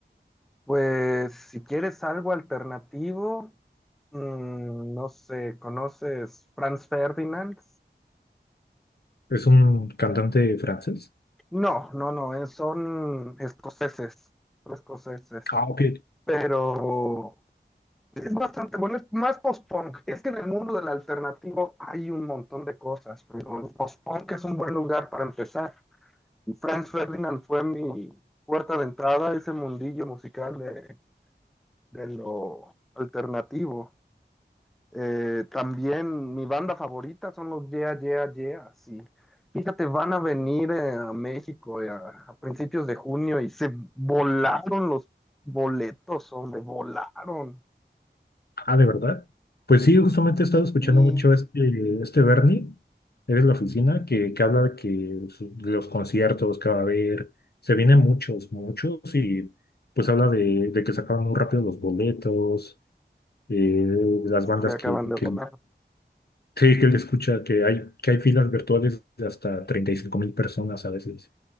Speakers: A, in the centre; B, on the left.
A: Pues si quieres algo alternativo, mm, no sé, ¿conoces Franz Ferdinand?
B: ¿Es un cantante francés?
A: No, no, no, eh, son escoceses, son escoceses,
B: Ah, ok.
A: pero es bastante bueno, es más post-punk. Es que en el mundo del alternativo hay un montón de cosas, pero el post-punk es un buen lugar para empezar. Franz Ferdinand fue mi puerta de entrada a ese mundillo musical de. de lo alternativo. Eh, también mi banda favorita son los Yeah, Yeah, Yeah, sí. Fíjate, van a venir eh, a México eh, a, a principios de junio y se volaron los boletos, hombre, volaron.
B: Ah, ¿de verdad? Pues sí, justamente he estado escuchando
A: Y
B: mucho este, este Bernie, eres la oficina, que, que habla de que su- de los conciertos que va a haber, se vienen muchos, muchos, y pues habla de, de que sacaban muy rápido los boletos, eh, las
A: se
B: bandas
A: acaban
B: que,
A: de
B: que,
A: volar.
B: sí, que él escucha, que hay, que hay filas virtuales de hasta treinta y cinco mil personas a veces.